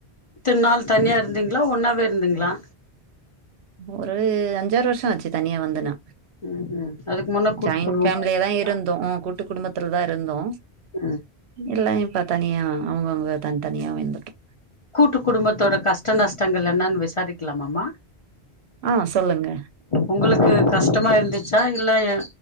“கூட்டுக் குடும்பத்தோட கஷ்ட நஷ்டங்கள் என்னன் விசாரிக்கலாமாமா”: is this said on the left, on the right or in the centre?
Left